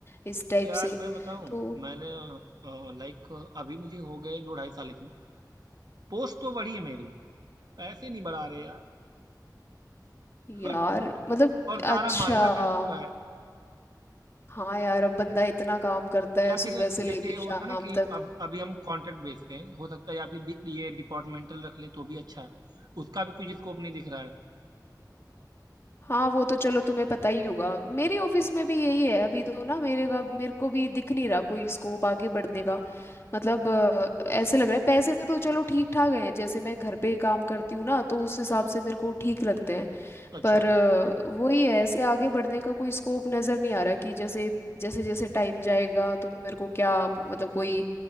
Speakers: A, on the left; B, on the right.
A: इस टाइप
B: यार
A: से
B: मैं बताऊं
A: तो
B: मैंने लाइक अभी मुझे हो गए दो ढाई साल इसमें पोस्ट तो बढ़ी है मेरी पैसे नहीं बढ़ा रहे यार
A: यार
B: और,
A: मतलब
B: और सारा
A: अच्छा
B: माजरा पैसों का है
A: हाँ यार अब बंदा इतना काम करता है
B: या
A: सुबह
B: फिर
A: से लेके
B: जैसे ये होता
A: शाम
B: ना कि
A: तक
B: अब अभी हम कॉन्ट्रैक्ट बेस पे हैं हो सकता है या फिर बी- ये डिपार्टमेंटल रख लें तो भी अच्छा है उसका भी कुछ स्कोप नहीं दिख रहा है
A: हाँ वो तो चलो तुम्हें पता ही होगा मेरे ऑफिस में भी यही है अभी तो ना मेरे का मेरे को भी दिख नहीं रहा कोई स्कोप आगे बढ़ने का मतलब अ, ऐसे लग रहा है पैसे तो चलो ठीक ठाक हैं जैसे मैं घर पे काम करती हूँ ना तो उस हिसाब से मेरे को ठीक लगते हैं
B: अच्छा
A: पर अ, वही है ऐसे आगे बढ़ने का कोई स्कोप नज़र नहीं आ रहा कि जैसे जैसे जैसे टाइम जाएगा तो मेरे को क्या मतलब कोई